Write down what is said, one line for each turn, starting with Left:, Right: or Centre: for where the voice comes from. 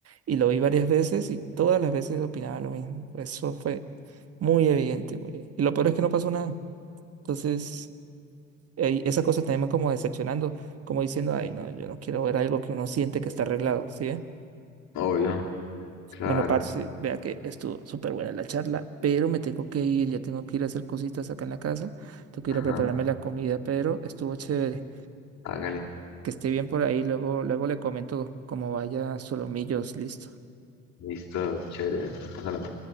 Right: Y lo vi varias veces y todas las veces opinaba lo mismo. Eso fue muy evidente, muy evidente. Y lo peor es que no pasó nada. Entonces, ey, esas cosas te van como decepcionando, como diciendo, ay, no, yo no quiero ver algo que uno siente que está arreglado, ¿sí? ve?
Left: Obvio, claro.
Right: Bueno, parce, vea que estuvo súper buena la charla, pero me tengo que ir, ya tengo que ir a hacer cositas acá en la casa. Tengo que
Left: Ajá,
Right: ir a prepararme la comida, pero estuvo chévere.
Left: hágale.
Right: que esté bien por ahí. Luego, luego le comento cómo vaya Solomillos, listo.
Left: Listo, chévere. Vamos a la